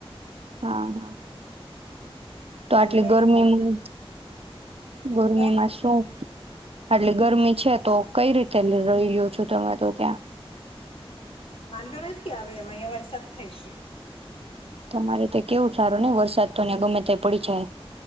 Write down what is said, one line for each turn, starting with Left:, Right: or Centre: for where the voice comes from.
Right: હા હા તો
Left: સારું
Right: આટલી
Left: કઈ
Right: ગરમીમાં
Left: નઈ બાકી
Right: ગરમીમાં
Left: હે
Right: શું આટલી ગરમી છે, તો કઈ રીતે રહી લ્યો છો તમે તો ત્યાં?
Left: વાંધો નથી આવે, એમ અહિયાં વરસાદ થાય છે.
Right: તમારે તે કેવું સારું નહીં, વરસાદ તો ને ગમે ત્યારે પડી જાય.